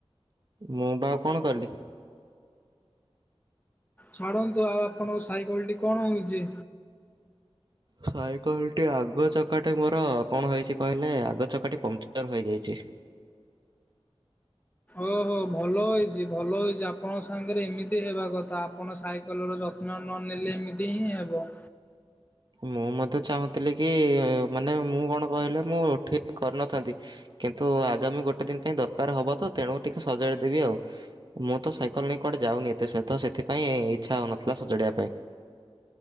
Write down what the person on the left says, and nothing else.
ଛାଡନ୍ତୁ ଆଉ ଆପଣଙ୍କ ସାଇକେଲ ଟି କଣ ହେଇଛି?
ଓହୋ ଭଲ ହେଇଛି ଭଲ ହେଇଛି ଆପଣଙ୍କ ସାଙ୍ଗରେ ଏମିତି ହେବା କଥା ଆପଣ ସାଇକେଲର ଯ ଯତ୍ନ ନ ନେଲେ ଏମିତି ହିଁ ହେବ।